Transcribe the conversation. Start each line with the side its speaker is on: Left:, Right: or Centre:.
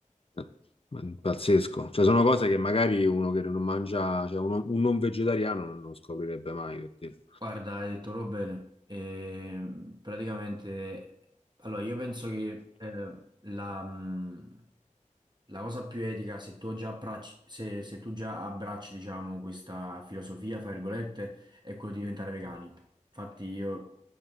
Left: è pazzesco. Cioè, sono cose che magari uno che non mangia, cioè, uno- un non vegetariano non lo scoprirebbe mai, per dire.
Right: Guarda, hai detto proprio bene. Ehm, praticamente, allora io penso che eh, la, mh, la cosa più etica, se tu già abbracci, se, se tu già abbracci, diciamo, questa filosofia, fra virgolette, è quello di diventare vegani. Infatti io